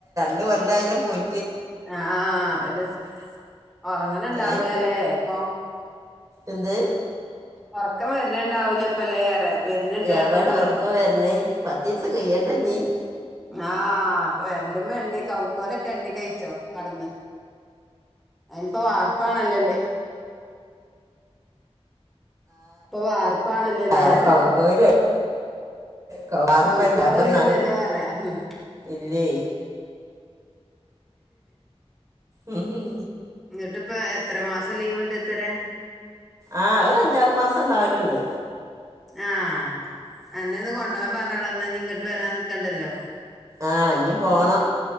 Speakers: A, on the right; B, in the centre.
A: എന്തോ വല്ലായിക പോലെ
B: ആ അതല്ലാതെ ഉറങ്ങണ് ഉണ്ടാവൂലല്ലോ
A: ഏ
B: ഇപ്പൊ
A: എന്ത്
B: ഉറക്കം വരുന്നുണ്ടാവും അല്ലോ അപ്പോഴല്ലേ വരുന്നിണ്ടായിരിന്നപ്പോഴോ
A: എവിടെ ഉറക്കം വരണേ പത്ത് ദിവസം കഴിയണ്ട നീ
B: ആഹ വരല്ലുണ്ടോ കൗക്കോലൊക്കെ ഉണ്ടിക്കയ് ച്ചോ കടന്ന് അതിനിപ്പോ വാർപ്പാണല്ലല്ലേ ഇപ്പൊ വാർപ്പാണല്ലല്ലേ
A: ആ
B: ഏറെ
A: കൗക്കോല് കൗർപ്പല്ല
B: കൗക്കോലൊന്നും
A: അപ്പൊ ഒരു
B: ഇല്ലല്ലോന്ന്
A: ആണ്.
B: പറഞ്ഞയ ഉം
A: ഇല്ലേ ഉം ഹും
B: എന്നിട്ടിപ്പോ എത്ര മാസം ലീവ് ഉണ്ട് അത്രേ
A: ആഹ് അത് അഞ്ചാറ് മാസം ഇണ്ടാവലുണ്ട്
B: ആഹ് എന്നെ ഒന്ന് കൊണ്ടോവാൻ പറഞ്ഞുള്ളങ്ങട്ട് ഇ വരാൻ നിക്കാണ്ടല്ലോ
A: ആഹ് ഇനി പോണം